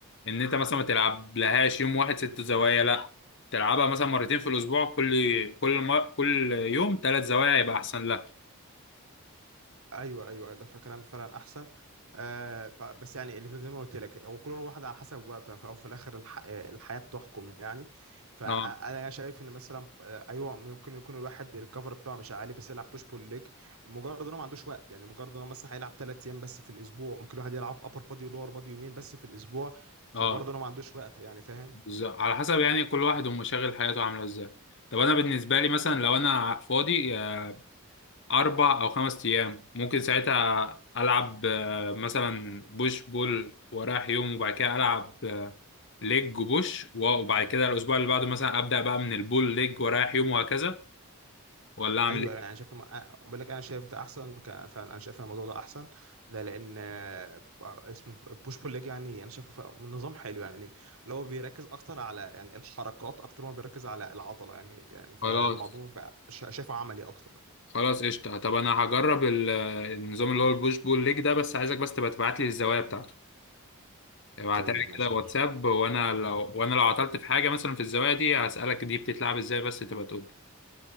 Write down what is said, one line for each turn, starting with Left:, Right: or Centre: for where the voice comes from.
Left: ان انت مثلا ما تلعبلهاش يوم واحد ست زوايا لا تلعبها مثلا مرتين في الاسبوع كل كل مر... كل يوم ثلاث زوايا يبقى احسن لك
Right: ايوه ايوه ده فكلام فعلا احسن آه ف- بس يعني اللي زي ما قلت لك هو كل واحد على حسب وقته ف- وفي الاخر الح... آه، الحياه بتحكم يعني فانا
Left: اه
Right: شايف ان مثلا آه، ايوه ممكن يكون الواحد الكفر بتاعه مش عالي بس يلعب بوش بول ليج مجرد انه ما عندوش وقت يعني مجرد انه مثلا هيلعب ثلاث ايام بس في الاسبوع ممكن الواحد يلعب ابر بادي ولور بادي يومين بس في الاسبوع
Left: اه
Right: مجرد انه ما عندوش وقت يعني فاهم
Left: بالظ- على حسب يعني كل واحد ومشاغل حياته عامله ازاي طب انا بالنسبه لي مثلا لو انا فاضي آه، اربع او خمس ايام ممكن ساعتها العب آه، مثلا بوش بول ورايح يوم وبعد كده العب آه، ليج وبوش و- وبعد كده الاسبوع اللي بعده مثلا ابدا بقى من البول ليج ورايح يوم وهكذا ولا اعمل
Right: ايوه
Left: ايه
Right: يعني انا شايف ما- أه، بقول لك انا شايف ده احسن ك- فعلا انا شايف إن الموضوع ده احسن ده لان آه، اسمه بوش بول ليج يعني انا شايفه ف- من نظام حلو يعني اللي هو بيركز اكتر على يعني الحركات اكتر ما بيركز على العضله يعني يعني فالموضوع
Left: خلاص
Right: بقى شا- شايفه عملي اكتر
Left: خلاص قشطة طب أنا هجرب ال- النظام اللي هو البوش بول ليج ده بس عايزك بس تبقى تبعت لي الزوايا بتاعته ابعتها
Right: طيب
Left: لي
Right: ماشي
Left: كده
Right: يا
Left: واتساب
Right: باشا
Left: وأنا لو وأنا لو عطلت في حاجة مثلا في الزوايا دي هسألك دي بتتلعب إزاي بس تبقى تقول لي